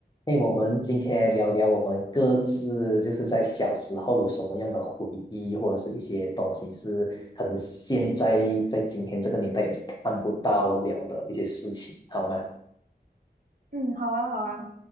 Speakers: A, on the left; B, on the right.
A: 哎，我们今天聊聊我们各自就是在小时候有什么样的回忆，或者是一些东西是可能现在在今天这个年代已经看不到了的一些事情，好吗？
B: 嗯，好啊，好啊，